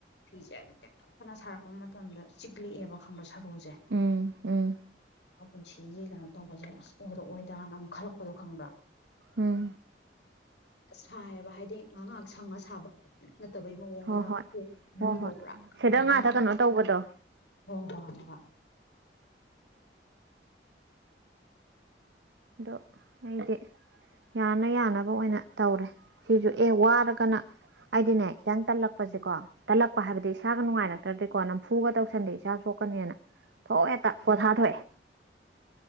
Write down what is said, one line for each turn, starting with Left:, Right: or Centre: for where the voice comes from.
Left: ꯐꯤꯁꯦ ꯑꯗꯨꯝ ꯇꯦꯛꯊꯣꯛꯇꯅ ꯁꯥꯔꯛꯄ ꯃꯇꯝꯗ ꯆꯤꯛꯂꯛꯑꯦꯕ ꯈꯪꯕ ꯁꯔꯨꯁꯦ
Right: ꯎꯝ ꯎꯝ ꯎꯝ
Left: ꯄꯨꯟꯁꯤꯒꯤ ꯀꯩꯅꯣ ꯇꯧꯕꯁꯦ ꯑꯁ ꯑꯣꯏꯔꯛꯑꯣꯗ ꯗꯥꯅ ꯑꯃꯨꯛ ꯈꯜꯂꯛꯄꯗꯣ ꯈꯪꯕ꯭ꯔꯥ
Right: ꯎꯝ
Left: ꯁꯥꯏꯌꯦꯕ ꯍꯥꯏꯗꯤ ꯉꯥꯏꯍꯥꯏꯍꯥꯛ ꯁꯪꯉ ꯁꯥꯕ ꯅꯠꯇꯕꯩ ꯃꯑꯣꯡꯗ
Right: ꯍꯣꯏ ꯍꯣꯏ
Left: ꯃꯤꯗꯣ
Right: ꯍꯣꯏ ꯍꯣꯏ
Left: ꯄꯨꯔꯥꯥꯡꯅ
Right: ꯁꯤꯗ ꯉꯥꯛꯇ ꯀꯩꯅꯣ ꯇꯧꯕꯗꯣ
Left: ꯍ ꯍꯣ ꯍ ꯍ
Right: ꯑꯗꯣ ꯑꯩꯗꯤ ꯌꯥꯅ ꯌꯥꯅꯕ ꯑꯣꯏꯅ ꯇꯧꯔꯦ ꯁꯤꯁꯨ ꯑꯦ ꯋꯥꯔꯒꯅ ꯑꯩꯗꯤꯅꯦ ꯈꯤꯇꯪ ꯇꯠꯂꯛꯄꯁꯦꯀꯣ
Left: ꯎꯝ
Right: ꯇꯠꯂꯛꯄ ꯍꯥꯏꯕꯗꯤ ꯏꯁꯥꯒ ꯅꯨꯡꯉꯥꯏꯔꯛꯇ꯭ꯔꯗꯤꯀꯣ ꯅꯝꯐꯨꯒ ꯇꯧꯁꯟꯗꯦ ꯏꯁꯥ ꯁꯣꯛꯀꯅꯤꯅ ꯊꯣꯛꯑꯦ ꯇ ꯄꯣꯊꯥ ꯊꯣꯛꯑꯦ